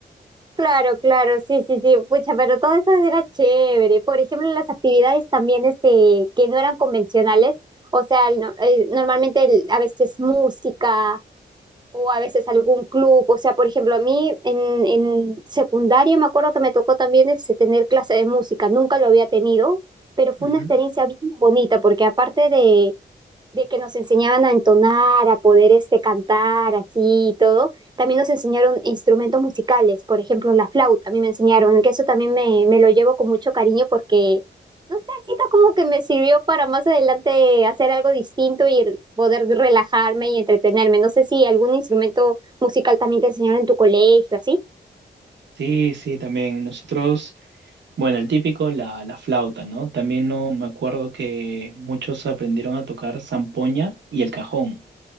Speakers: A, on the right; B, on the right.
A: Claro, claro, sí, sí, sí, pucha, pero todo eso era chévere. Por ejemplo, las actividades también este, que no eran convencionales, o sea, no- eh, normalmente el- a veces música o a veces algún club. O sea, por ejemplo, a mí en, en secundaria me acuerdo que me tocó también este, tener clase de música. Nunca lo había tenido, pero fue
B: Ujú.
A: una experiencia bien bonita porque aparte de, de que nos enseñaban a entonar, a poder este cantar así y todo, también nos enseñaron instrumentos musicales, por ejemplo, la flauta, a mí me enseñaron, que eso también me, me lo llevo con mucho cariño porque, no sé, siento como que me sirvió para más adelante hacer algo distinto y r- poder relajarme y entretenerme. No sé si algún instrumento musical también te enseñaron en tu colegio, así.
B: Sí, sí, también nosotros, bueno, el típico, la, la flauta, ¿no? También no me acuerdo que muchos aprendieron a tocar zampoña y el cajón.